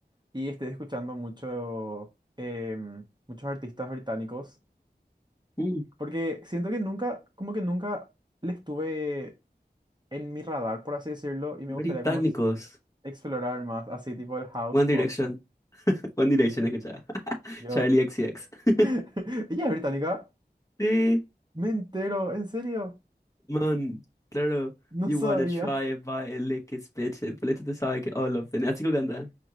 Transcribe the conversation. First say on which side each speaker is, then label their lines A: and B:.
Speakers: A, on the right; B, on the left.
A: y estoy escuchando mucho em, muchos artistas británicos
B: ujú.
A: porque siento que nunca como que nunca les tuve en mi radar por así decirlo y me
B: Británicos.
A: gustaría como ex- explorar más así tipo el house
B: One
A: pop.
B: Direction. <laughs> One Direction, escucha. <laughs>
A: Yo
B: Charlie X C X.
A: <laughs>
B: <laughs>
A: ella es británica.
B: Sí,
A: Me entero, en serio,
B: man. Claro.
A: no
B: You
A: sabía.
B: wanna try it by a lick it, bitch. Política te sabe que all of them. Así que canta.